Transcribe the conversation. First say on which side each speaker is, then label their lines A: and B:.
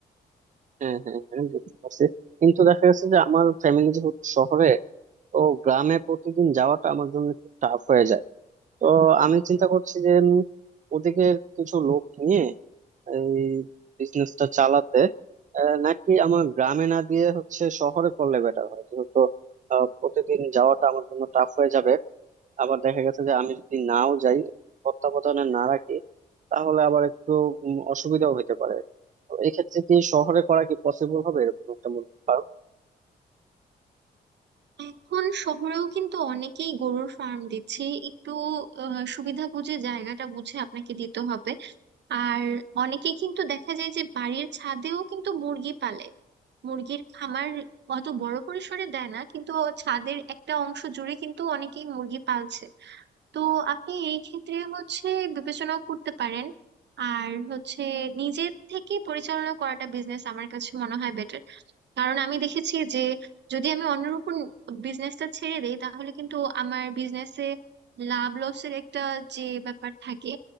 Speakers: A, on the right; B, on the right.
A: হ্যাঁ হ্যাঁ হ্যাঁ বুঝতে পারছি কিন্তু দেখা গেছে যে আমার ফ্যামিলি যেহেতু শহরে তো গ্রামে প্রতিদিন যাওয়াটা আমার জন্য একটু টাফ হয়ে যায় তো আমি চিন্তা করছি যে উম, ওদিকে কিছু লোক নিয়ে এই বিজনেসটা চালাতে আহ, নাকি আমার গ্রামে না দিয়ে হচ্ছে শহরে করলে বেটার হয় যেহেতু আহ, প্রতিদিন যাওয়াটা আমার জন্য টাফ হয়ে যাবে আবার দেখা গেছে যে আমি যদি নাও যাই তত্ত্বাবধানে না রাখি তাহলে আবার একটু উম, অসুবিধাও হতে পারে তো এক্ষেত্রে কি শহরে করা কি পসিবল হবে এরকম একটা মুরগির ফার্ম
B: এখন শহরেও কিন্তু অনেকেই গরুর ফার্ম দিচ্ছে একটু আহ, সুবিধা বুঝে জায়গাটা বুঝে আপনাকে দিতে হবে আর অনেকেই কিন্তু দেখা যায় যে বাড়ির ছাদেও কিন্তু মুরগি পালে মুরগির খামার অত বড় পরিসরে দেয় না কিন্তু ছাদের একটা অংশ জুড়ে কিন্তু অনেকেই মুরগি পালছে তো আপনি এই ক্ষেত্রে হচ্ছে বিবেচনা করতে পারেন আর হচ্ছে নিজে থেকে পরিচালনা করাটা বিজনেস আমার কাছে মনে হয় বেটার কারণ আমি দেখেছি যে যদি আমি অন্যের উপর বিজনেসটা ছেড়ে দেই তাহলে কিন্তু আমার বিজনেসে লাভ লসের একটা যে ব্যাপার থাকে